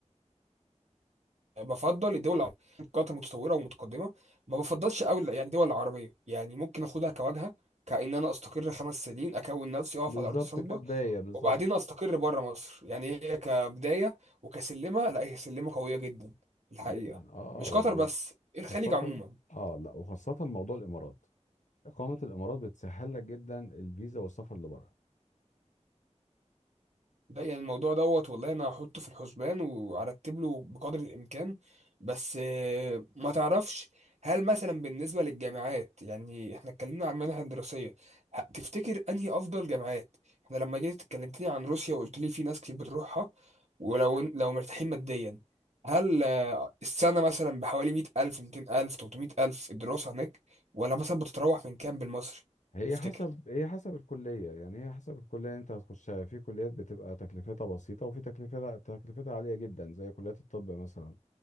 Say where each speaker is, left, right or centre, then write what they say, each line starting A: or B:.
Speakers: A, on the right (about 65°); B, on the left (about 80°).
A: بفضل الدول العربية قطر متطورة ومتقدمة ما بفضلش أوي يعني دول عربية يعني ممكن آخدها كوجهة كأن أنا أستقر خمس سنين أكون نفسي أقف
B: بالظبط
A: على أرض صلبة
B: كبدايه بالظبط
A: وبعدين أستقر بره مصر يعني هي كبداية وكسلمة لا هي سلمة قوية جدا الحقيقة
B: جدا اه
A: مش
B: والب-
A: قطر بس
B: وخاصه
A: الخليج عموما
B: اه لا وخاصه موضوع الامارات اقامه الامارات بتسهل لك جدا الفيزا والسفر لبره
A: ده يعني الموضوع دوت والله انا هحطه في الحسبان وارتب له بقدر الامكان بس آه، ما تعرفش هل مثلا بالنسبه للجامعات يعني احنا اتكلمنا عن منح الدراسيه ه- تفتكر انهي افضل جامعات احنا لما جيت اتكلمتني عن روسيا وقلت لي في ناس كتير بتروحها ولو لو مرتاحين ماديا هل آه، السنه مثلا بحوالي 100000 200000 300000 الدراسه هناك ولا مثلا بتتراوح من كام بالمصري
B: هي
A: تفتكر
B: حسب هي حسب الكلية يعني هي حسب الكلية اللي انت هتخشها في كليات بتبقى تكلفتها بسيطة وفي تكلفتها تكلفتها عالية جدا زي كليات الطب مثلا